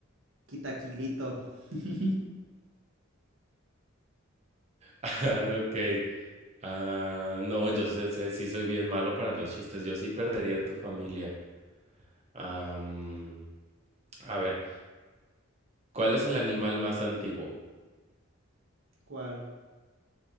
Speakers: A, on the right; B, on the right.
A: Kitaquilito. <laughs>
B: <laughs> Ok. Ah, no, yo sé, sé- sí soy bien malo para los chistes. Yo sí perdería en tu familia. Am, a ver, ¿cuál es el animal más antiguo?
A: ¿Cuál?